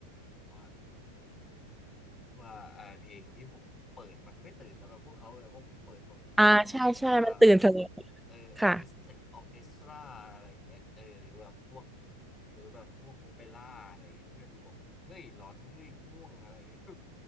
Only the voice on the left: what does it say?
ว่า ว่าอ่าเพลงที่ผมเปิดมันไม่ตื่นสำหรับพวกเขาเลยเพราะผมเปิดแบบแบบอ่าแบบ
เออออเคสตราออเคสตราอะไรอย่างเงี้ยเออหรือแบบพวก
หรือแบบพวกโอเปร่าอะไรอย่างเงี้ยเพื่อนบอกเฮ้ยร้อนเฮ้ยม่วงอะไรอย่างเงี้ย